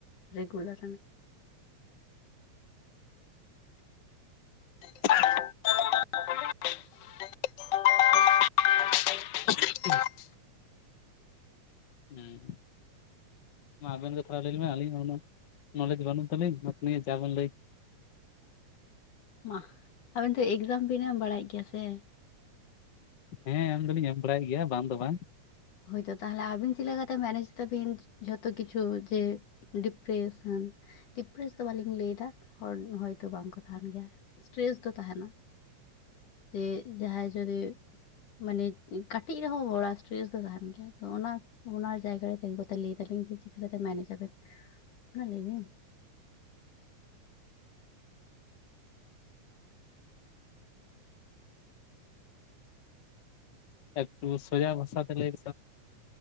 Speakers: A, on the left; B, on the left.
A: ᱨᱮᱜᱩᱨᱟᱞ ᱨᱮᱱᱟᱜ
B: <inaudible> <inaudible> ᱦᱮᱸ ᱾ ᱢᱟ ᱟᱵᱮᱱ ᱜᱮ ᱛᱷᱚᱲᱟ ᱞᱟᱹᱭ ᱞᱮᱵᱮᱱ, ᱟᱹᱞᱤᱧ ᱦᱚᱸ ᱩᱱᱟ ᱱᱚᱞᱮᱡᱽ ᱵᱟᱹᱱᱩᱜ ᱛᱟᱹᱞᱤᱧ᱾ᱱᱚᱣᱟ ᱱᱤᱭᱮ ᱡᱟ ᱵᱮᱱ ᱞᱟᱹᱭ
A: ᱢᱟ ᱟᱵᱤᱱ ᱛᱚ ᱮᱠᱡᱟᱢ ᱵᱤᱱ ᱮᱢ ᱵᱟᱲᱟᱭᱮᱫ ᱜᱮᱭᱟ ᱥᱮ?
B: ᱦᱮᱸ ᱮᱢ ᱫᱚᱞᱤᱧ ᱮᱢ ᱵᱟᱲᱟᱭᱮᱫ ᱜᱮᱭᱟ, ᱵᱟᱝ ᱫᱚ ᱵᱟᱝ
A: ᱦᱳᱭ ᱛᱳ ᱛᱟᱦᱚᱞᱮ ᱟᱹᱵᱤᱱ ᱪᱮᱫ ᱞᱮᱠᱟᱛᱮ ᱢᱮᱱᱮᱡ ᱛᱟᱵᱤᱱ ᱡᱷᱚᱛᱚ ᱠᱤᱪᱷᱩ ᱡᱮ ᱰᱤᱯᱨᱮᱥᱮᱱ ᱰᱤᱯᱨᱮᱥ ᱫᱚ ᱵᱟᱹᱞᱤᱧ ᱞᱟᱹᱭ ᱫᱟ ᱦᱚᱲ ᱦᱚᱭ ᱛᱳ ᱵᱟᱝ ᱠᱚ ᱛᱟᱦᱮᱱ ᱜᱮᱭᱟ᱾ ᱥᱴᱨᱮᱥ ᱫᱚ ᱛᱟᱦᱮᱱᱟ᱾ ᱡᱮ ᱡᱟᱦᱟᱸᱭ ᱡᱚᱫᱤ ᱢᱟᱱᱮ ᱠᱟᱹᱴᱤᱡ ᱨᱮᱦᱚᱸ ᱵᱚᱲᱟ ᱥᱴᱨᱮᱥ ᱛᱟᱦᱮᱱ ᱜᱮᱭᱟ ᱛᱚ, ᱚᱱᱟ ᱚᱱᱟ ᱡᱟᱭᱜᱟ ᱨᱮ ᱛᱤᱜᱩ ᱠᱟᱛᱮ ᱞᱟᱹᱭ ᱫᱟᱞᱤᱧ ᱡᱮ ᱪᱤᱠᱟᱹ ᱠᱟᱛᱮ ᱢᱮᱱᱮᱡ ᱟᱵᱮᱱ ᱚᱱᱟ ᱞᱟᱹᱭ ᱵᱮᱱ?
B: ᱮᱠᱴᱩ ᱥᱳᱡᱟ ᱵᱷᱟᱥᱟ ᱛᱮ ᱞᱟᱹᱭ